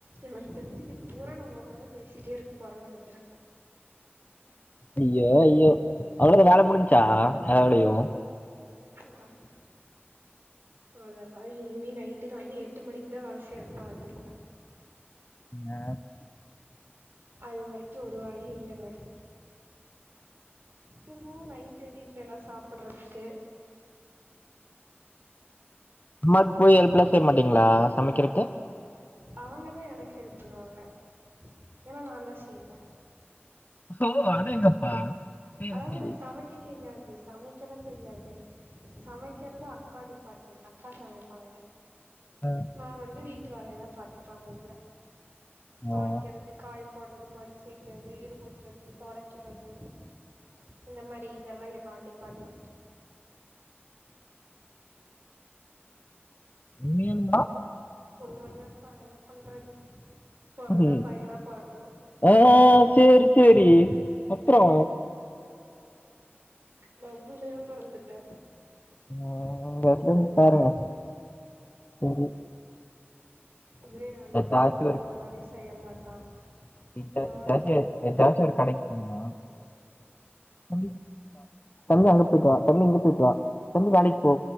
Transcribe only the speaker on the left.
ஐயோ ஐயோ அவ்ளோதா வேல முடிஞ்சா எல்லா வேலையு
ந
அம்மாக் போய்
ஹெல்ப்லா செய்ய மாட்டீங்ளா சமைக்கிறக்கு
ஓ அடேங்கப்பா சேரி
சேரி
அ
ஆ
உண்மையாலுமா
ம்
ஆ சேரி சேரி அப்றோ
ம் வேலயு பாருங்க சரி
எதாச்சு
இந்த
ஜாசிய
ஜாசிய ஒரு கடைக் போனான ஒ தம்பி அங்க போய்ட்டு வா தம்பி இங்க போயிட்டு தண்ணி இங்க போயிட்டு வா தம்பி வேலைக்கு போ